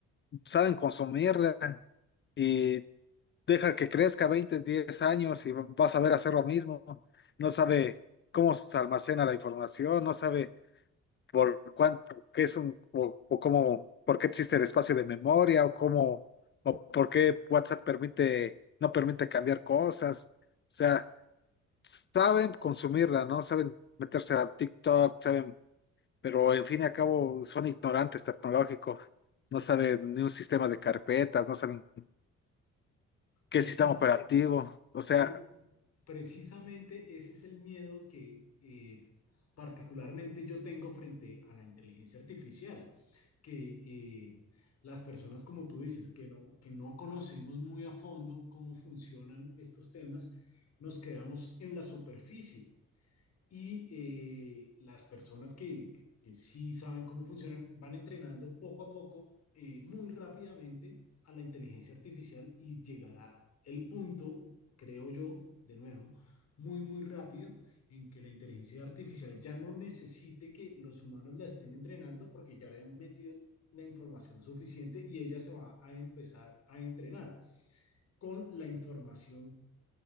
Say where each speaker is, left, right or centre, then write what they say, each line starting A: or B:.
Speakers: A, on the left (about 40°); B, on the left (about 60°).
A: saben consumirla. y deja que crezca 20 10 años y vas a ver hacer lo mismo. No sabe cómo se almacena la información, no sabe por cuánto, qué es un, o, o cómo, por qué existe el espacio de memoria, o cómo, o por qué WhatsApp permite, no permite cambiar cosas. O sea, saben consumirla, ¿no? Saben meterse a TikTok, saben, pero en fin y al cabo son ignorantes tecnológicos. No saben ni un sistema de carpetas, no saben qué
B: Pérez.
A: sistema operativo. O sea,
B: Pero precisamente ese es el miedo que eh, particularmente yo tengo frente a la inteligencia artificial, que eh, las personas, como tú dices, que no, que no conocemos muy a fondo cómo funcionan estos temas, nos quedamos en la superficie y eh, las personas que, que, que sí saben cómo funcionan van entrenando poco a poco, eh, muy rápidamente, a la inteligencia artificial y llegará el punto, creo yo, de nuevo, muy, muy rápido, en que la inteligencia artificial ya no necesite que los humanos la estén entrenando porque ya le han metido la información suficiente y ella se va a empezar a entrenar con la información